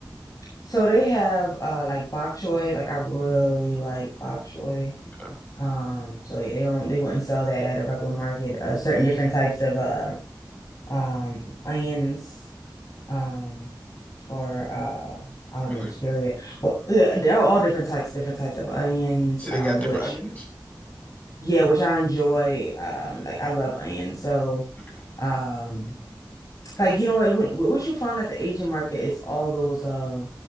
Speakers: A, on the left; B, on the left.
A: So they have uh like bok choy. Like I really like bok choy.
B: Okay.
A: Um, so yeah, they don't they wouldn't sell that at a regular market. Uh, certain different types of uh um onions, um or uh I don't
B: Really?
A: know, spirit.
B: You
A: Well, yeah, they're all different types, different types of onions,
B: see, they
A: um,
B: got different
A: which
B: onions?
A: yeah, which I enjoy. Um, like I love onions. So
B: Okay.
A: um Like, you know what, when, what you find at the Asian market is all those uh